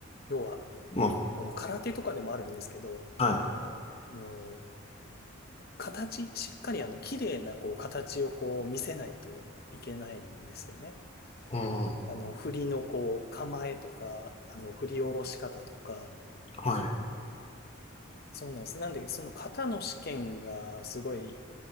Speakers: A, on the left (about 45°); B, on the left (about 30°).
A: 要は、
B: ま
A: あの、空手とかでもあるんですけど、
B: あ、はい。
A: あの、形、しっかりあの、綺麗なこう、形をこう、見せないといけないんですよね。
B: うん。は
A: あの、振りのこう、構えとか、あの、振り下ろし方とか、
B: い。
A: そうなんです。なんで、その型の試験がすごい、